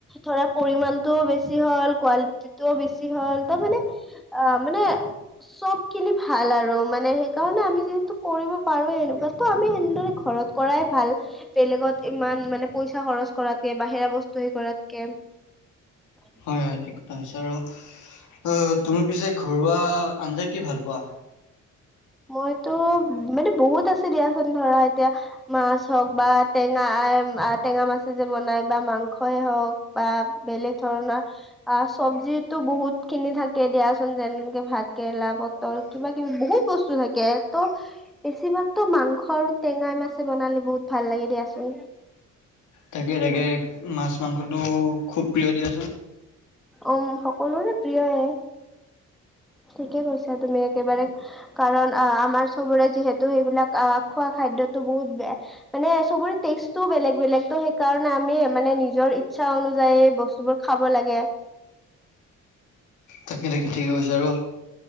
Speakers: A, in the centre; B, on the left (about 75°).
A: ধৰা পৰিমণতটোও বেছি হ'ল কোৱালিটিটোও বেছি হ'ল তাৰ মানে অ মানে চব খিনি ভাল আৰু মানে সেইকাৰণে আমি যিহেতু কৰিব পাৰোে এনেকুৱা তো আমি সনেদৰে ঘৰত কৰাই ভাল বেলেগত ইমান মানে পইচা খৰচ কৰাতকে বাহিৰা বস্তু হে কৰাতকে অ
B: অজ্ঞা হৈছে আৰু অ তুমি পিছে ঘৰুৱা আঞ্জা কি ভাল পোৱা
A: মইতো মানে বহুত আছে দিয়াচোন ধৰা এতিয়া মাছ হওক বা টেঙা টেঙা মাছে যে বনাই বা মাংসই হওক বা বেলেগ ধৰণৰ আ চব্জিো বহুতখিনি থাকে দিয়াচোন যেনেকে ভাত কেৰেলা পটল কিবা কিবি বহুত বস্তু থাকে ত বেছিভাগ তো মাংস আৰু টেঙাই মাছে বনালে বহুত ভাল লাগে দিয়াচোন
B: তাকে তাকে মাছ মাংসটো খুব প্ৰিয় দিয়া
A: উম সকলোৰে প্ৰিয়ে ঠিকে কৈছা তুমি একেবাৰে কাৰণ আহ আমাৰ চবৰে যিহেতু সেইবিলাক আহ খোৱা খাদ্্যতো বহুত বে মানে চবৰে টেষ্টটোও বেলেগ বেলেগ ত সেইকাৰণে আমি মানে নিজৰ ইচ্ছা অনুযায়ী বস্তুবোৰ খাব লাগে
B: থাকি থাকি ঠিকেই গছে আৰু